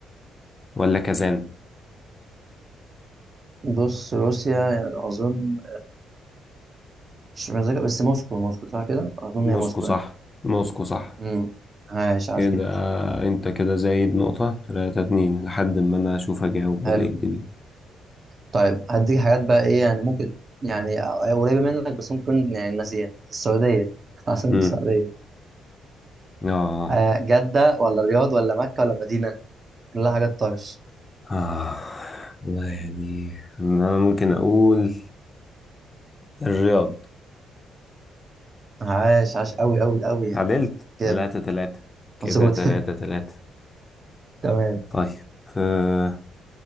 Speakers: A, on the left; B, on the right.
A: ولا كازان
B: بص روسيا يعني أظن مش متذكر بس موسكو موسكو صح كده أظن
A: موسكو
B: هي موسكو
A: صح
B: يعني
A: موسكو صح
B: امم عاش عاش
A: كده
B: جدا
A: انت كده زايد نقطة تلاتة اتنين لحد ما انا اشوف اجاوب
B: حلو
A: ولا ايه الدنيا
B: طيب هديك حاجات بقى إيه يعني ممكن يعني قريبة منك بس ممكن يعني ناسيها السعودية <laughs> عاصمة
A: مم.
B: السعودية
A: اه
B: آه جدة ولا الرياض ولا مكة ولا مدينة كلها حاجات طرش
A: اه والله يعني انا ممكن اقول الرياض
B: عاش عاش أوي أوي أوي يعني
A: تعادلت
B: كده
A: تلاتة تلاتة كده
B: مظبوط
A: تلاتة
B: <laughs>
A: تلاتة
B: تمام
A: طيب آه.